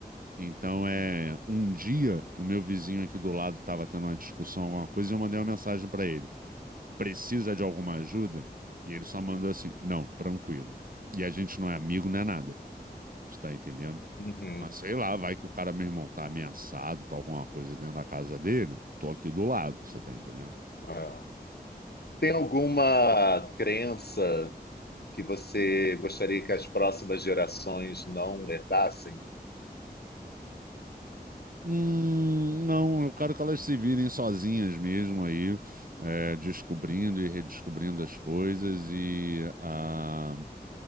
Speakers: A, on the right; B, on the left.
A: Então é, um dia o meu vizinho aqui do lado estava tendo uma discussão, alguma coisa, e eu mandei uma mensagem para ele precisa de alguma ajuda? E ele só mandou assim: não, tranquilo. E a gente não é amigo, não é nada. Tu tá entendendo?
B: Uhum.
A: Mas sei lá, vai que o cara, meu irmão, tá ameaçado, tá alguma coisa dentro da casa dele. Tô aqui do lado, você tá entendendo?
B: É. Tem alguma crença que você gostaria que as próximas gerações não herdassem?
A: Hum, não, eu quero que elas se virem sozinhas mesmo aí, é, descobrindo e redescobrindo as coisas e ah,